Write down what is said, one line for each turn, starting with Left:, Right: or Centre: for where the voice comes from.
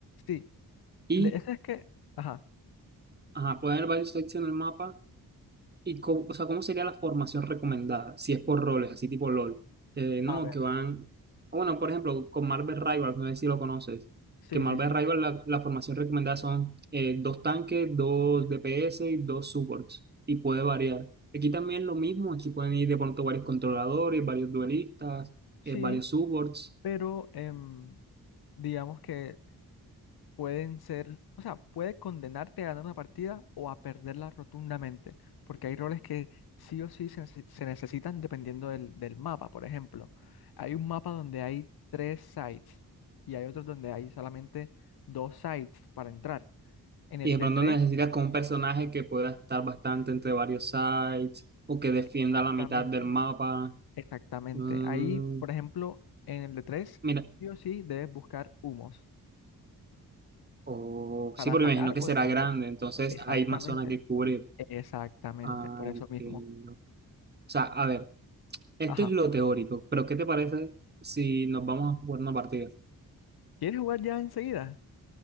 Left: Sí,
Right: Y,
Left: de eso es que, ajá,
Right: ajá, pueden haber varios sites en el mapa. ¿Y cómo, o sea, cómo sería la formación recomendada? Si es por roles, así tipo LOL. Eh, no,
Left: a ver,
Right: que van. o Bueno, por ejemplo, con Marvel Rivals, no sé si lo conoces.
Left: sí,
Right: Que Marvel
Left: sí, sí,
Right: Rivals, la, la formación recomendada son eh, dos tanques, dos DPS y dos supports. Y puede variar. Aquí también lo mismo. Aquí pueden ir de pronto varios controladores, varios duelistas,
Left: sí,
Right: eh, varios supports.
Left: pero em, digamos que pueden ser, o sea, puede condenarte a ganar una partida o a perderla rotundamente, porque hay roles que sí o sí se, nece- se necesitan dependiendo del, del mapa, por ejemplo. Hay un mapa donde hay tres sites y hay otros donde hay solamente dos sites para entrar. En el
Right: Y de
Left: de
Right: pronto
Left: tres,
Right: necesitas con un personaje que pueda estar bastante entre varios sides o que defienda
Left: exactamente.
Right: la mitad del mapa.
Left: Exactamente.
Right: Mm,
Left: Ahí, por ejemplo, en el de tres,
Right: Mira,
Left: sí o sí debes buscar humos
Right: O,
Left: para
Right: sí, porque
Left: atacar
Right: me imagino que
Left: o
Right: será
Left: defender.
Right: grande, entonces
Left: Exactamente.
Right: hay más zona que cubrir.
Left: Exactamente.
Right: Ah,
Left: Por eso
Right: entiendo.
Left: mismo.
Right: O sea, a ver, esto
Left: Ajá.
Right: es lo teórico, pero ¿qué te parece si nos vamos a jugar una partida?
Left: ¿Quieres jugar ya enseguida?